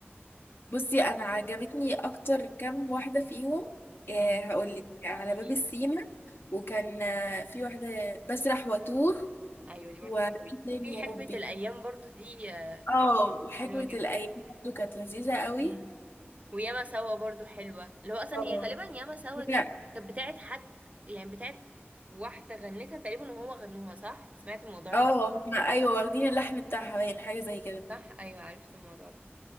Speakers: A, on the left; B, on the right.
A: بصي انا عجبتني اكتر كام واحدة فيهم
B: قوي
A: هقول لك على
B: قولي
A: باب السيما
B: لي.
A: وكان آه، في واحدة بسرح واتوه
B: ايوه دي برضو
A: وإيه
B: حلوه قوي
A: تاني
B: وفي
A: يا ربي
B: حكمه الايام برضو دي آه،
A: اه وحكمة
B: حلوه جدا
A: الأيام برضه كانت لذيذة قوي
B: امم وياما سوا برضو حلوه اللي هو اصلا
A: اه
B: هي غالبا ياما سوا
A: فاكرة-
B: دي كانت بتاعت حد يعني بتاعت واحده غنتها تقريبا وهو غنوها صح سمعت الموضوع
A: اه
B: ده
A: هما أيوة واخدين اللحن بتاعها باين حاجة زي كده
B: صح ايوه عرفت الموضوع ده